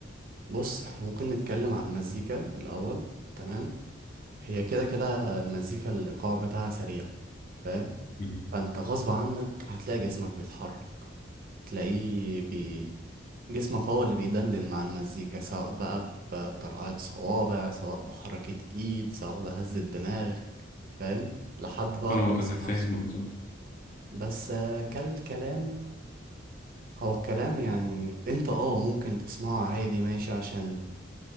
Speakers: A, on the right; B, on the left.
A: بص احنا ممكن نتكلم عن المزيكا الأول تمام هي كده كده المزيكا الإيقاع بتاعها سريع فاهم
B: مم.
A: فأنت غصب عنك هتلاقي جسمك بيتحرك تلاقيه بي... جسمك هو اللي بيدندن مع المزيكا سواء بقى بطرقعة صوابع سواء بحركة ايد سواء بهز الدماغ فاهم لحد بقى
B: أه
A: الرقص
B: أنا فاهم
A: نفسه
B: قصدك
A: بس آه، كالكلام هو الكلام يعني انت اه ممكن تسمعه عادي ماشي عشان